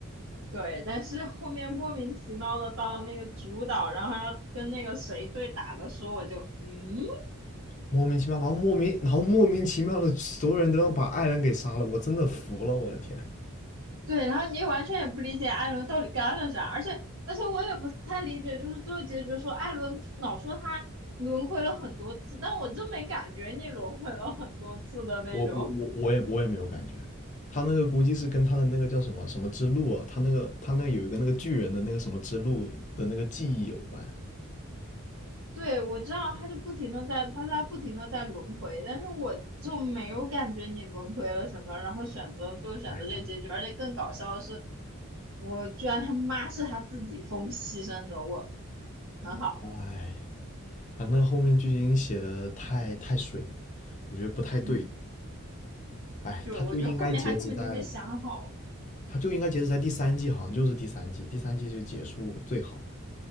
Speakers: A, on the right; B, on the left.
A: 对，但是后面莫名其妙的到那个主岛，然后还要跟那个谁对打的时候，我就嗯。
B: 莫名其妙，然后莫名，然后莫名其妙的，所有人都要把爱人给杀了，我真的服了，我的天，
A: 对，然后你完全也不理解艾伦到底干了啥，而且而且我也不太理解，就是最后结局说艾伦老说他轮回了很多次，但我真没感觉你轮回了很多次的那种。
B: 我我我我也我也没有感觉，他那个估计是跟他的那个叫什么什么之路啊，他那个他那有一个那个巨人的那个什么之路的那个记忆有关，
A: 对，我知道他就不停的在，他说他不停的在轮回，但是我就没有感觉你轮回了什么，然后选择最后选择这个结局，
B: 哎他
A: 而且更搞笑的是，我居然他妈是他自己疯牺牲的，我很好，
B: 哎呀，他那个后面剧情写的太太水了，我觉得不太对，
A: 嗯，
B: 哎，
A: 对，
B: 他就应该截止在。
A: 我觉得后面他根本就没想好。
B: 它就应该截止在第三季，好像就是第三季，第三季就结束最好了。